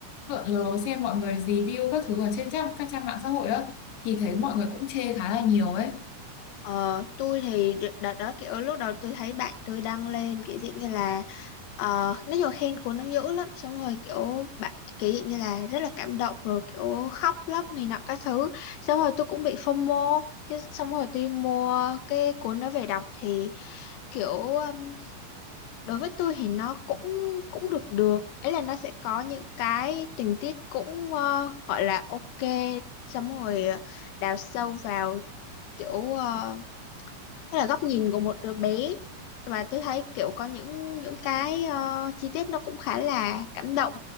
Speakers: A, on the left; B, on the left.
A: lượn lờ xem mọi người review các thứ ở trên trang các trang mạng xã hội á thì thấy mọi người cũng chê khá là nhiều ấy
B: Ờ, tôi thì đ- đợt đó kiểu lúc đầu tôi thấy bạn tôi đăng lên kiểu dạng như là ờ, nói chung là khen cuốn nó dữ lắm xong rồi kiểu bạn kiểu dạng như là rất là cảm động rồi kiểu khóc lóc này nọ các thứ xong rồi tôi cũng bị FOMO Thế xong rồi tôi mua cái cuốn đó về đọc thì kiểu um, đối với tôi thì nó cũng cũng được được ấy là nó sẽ có những cái tình tiết cũng ờ, gọi là ok xong rồi ờ, đào sâu vào kiểu ờ, hay là góc nhìn của một đứa bé và tôi thấy kiểu có những những cái ờ, chi tiết nó cũng khá là cảm động